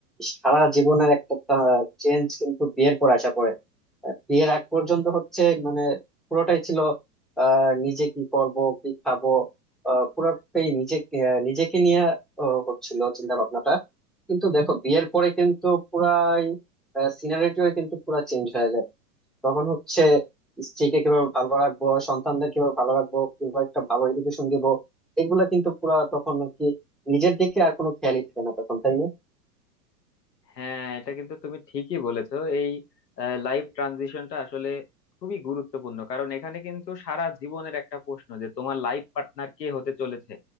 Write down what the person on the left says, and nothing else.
হ্যাঁ এটা কিন্তু তুমি ঠিকই বলেছো এই লাইফ ট্রানজিশনটা আসলে খুবই গুরুত্বপূর্ণ কারণ এখানে কিন্তু সারা জীবনের একটা প্রশ্ন যে তোমার লাইফ পার্টনার কে হতে চলেছে